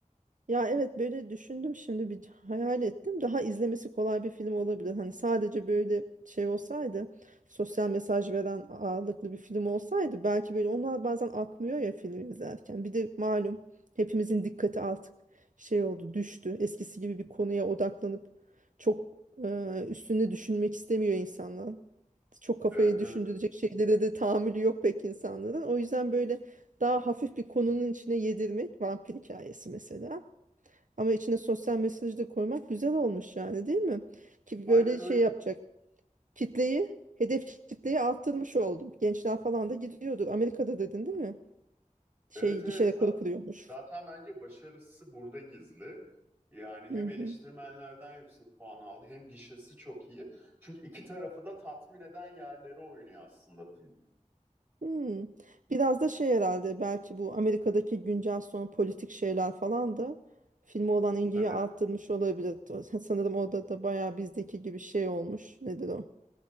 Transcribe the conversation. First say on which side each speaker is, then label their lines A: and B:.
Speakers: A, on the right; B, on the right.
A: Ya evet böyle düşündüm şimdi bir hayal ettim. Daha izlemesi kolay bir film olabilir. Hani sadece böyle şey olsaydı sosyal mesaj veren ağırlıklı bir film olsaydı belki böyle onlar bazen akmıyor ya film izlerken. Bir de malum hepimizin dikkati artık şey oldu düştü. Eskisi gibi bir konuya odaklanıp çok e, üstüne düşünmek istemiyor insanlar. Çok kafayı
B: Evet
A: düşündürecek
B: evet.
A: şeylere de tahammülü yok pek insanların. O yüzden böyle daha hafif bir konunun içine yedirmek vampir hikayesi mesela. Ama içine sosyal mesajı da koymak güzel olmuş yani değil mi? Ki
B: Aynen
A: böyle
B: aynen.
A: şey yapacak. Kitleyi, hedef kitleyi arttırmış oldum. Gençler falan da gidiyordur. Amerika'da dedin değil mi? Şey
B: Evet evet.
A: gişe rekoru
B: Za-
A: kırıyormuş.
B: zaten bence başarısı burada gizli. Yani hem
A: Hı hı.
B: eleştirmenlerden yüksek puan aldı hem gişesi çok iyi. Çünkü iki tarafı da tatmin eden yerlere oynuyor aslında film.
A: Hmm. Biraz da şey herhalde belki bu Amerika'daki güncel son politik şeyler falan da filme olan ilgiyi
B: Tabii.
A: arttırmış olabilir. <laughs> Sanırım orada da bayağı bizdeki gibi şey olmuş. Nedir o?